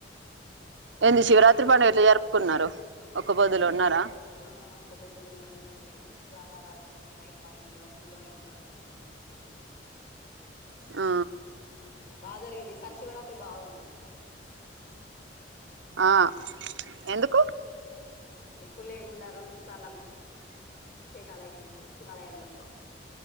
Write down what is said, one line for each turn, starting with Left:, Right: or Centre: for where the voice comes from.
Right: ఏంది శివరాత్రి పండుగ, ఎట్లా జరుపుకున్నారు ఒక్క పొద్దులో ఉన్నారా.
Left: ఆ ఒక పొద్దులున్నాము జాగారాలు ఉన్నాము నైట్ పాలని ఇంటి వర గుల్లోనే ఉన్నాము
Right: ఆ
Left: బాగా జరిగింది ఈ సారి శివరాత్రి బాగుంది
Right: ఆ ఎందుకు
Left: ఎప్పుడు లేకుండా రెండు సార్లు అభిషేక్ అభిషేకాలుయినాయి ఈ శివాలయంలో